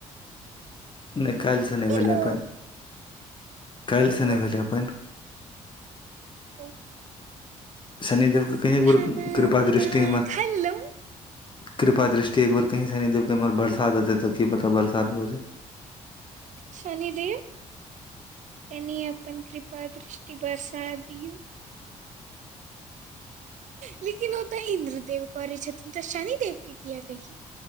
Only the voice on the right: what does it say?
हेलो
ओ,
ओ
खाना
पीना
खा लेलौं
शनिदेव कनी अपन कृपा दृष्टि बसा दिऔ लेकिन ओ तऽ इन्द्रदेव करै छथिन तऽ शनिदेव के किया कहियए